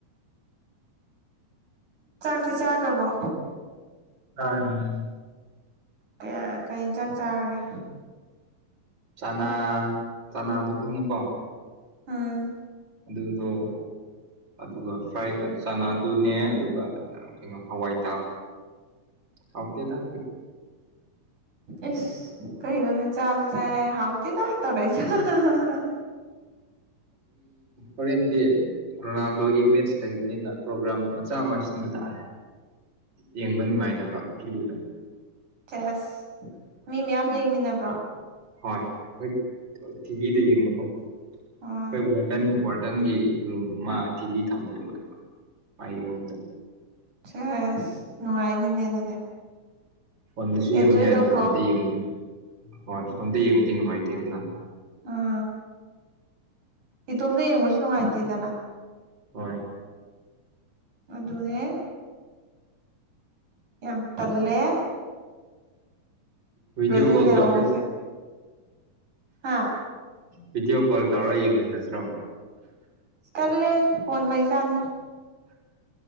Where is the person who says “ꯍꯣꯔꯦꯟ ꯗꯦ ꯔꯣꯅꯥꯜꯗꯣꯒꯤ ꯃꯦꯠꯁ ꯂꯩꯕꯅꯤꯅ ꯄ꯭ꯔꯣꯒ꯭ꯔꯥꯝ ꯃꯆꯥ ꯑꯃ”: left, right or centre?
Right